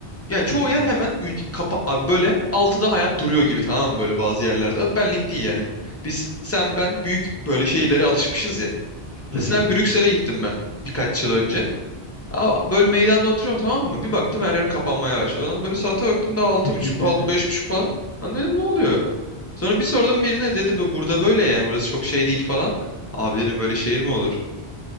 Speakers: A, on the left (about 25°); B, on the right (about 55°).
A: Ya çoğu
B: hı hı,
A: yer hemen ülke kapa abi böyle altıda hayat duruyor gibi tamam mı böyle bazı yerlerde. Benlik değil yani. Biz sen ben büyük böyle şehirlere alışmışız ya.
B: hı
A: Mesela
B: hı.
A: Brüksel'e gittim ben birkaç yıl önce. Aa, böyle meydanda oturuyorum tamam mı? Bir baktım her yer kapanmaya başladı. Lan böyle saate baktım daha altı
B: <laughs>
A: buçuk, alt- beş buçuk falan. Lan dedim ne oluyor? Sonra bir sordum birine dedi bu burada böyle yani burası çok şey değil falan. Abi dedim böyle şehir mi olur?